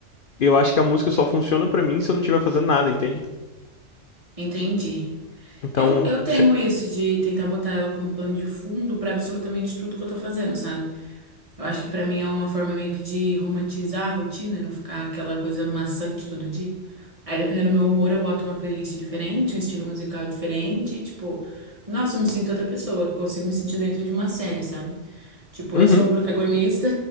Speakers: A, on the left; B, on the right.
A: Eu acho que a música só funciona pra mim se eu não estiver fazendo nada, entende?
B: Entendi.
A: Então,
B: Eu, eu tenho
A: se-
B: isso de tentar botar ela como plano de fundo pra absolutamente tudo que eu tô fazendo, sabe? Eu acho que pra mim é uma forma meio que de romantizar a rotina e não ficar aquela coisa maçante todo dia. Aí, dependendo do meu humor, eu boto uma playlist diferente, um estilo musical diferente, e, tipo, nossa, eu me sinto outra pessoa, consigo me sentir dentro de uma série, sabe? Tipo,
A: uhum,
B: eu sou a protagonista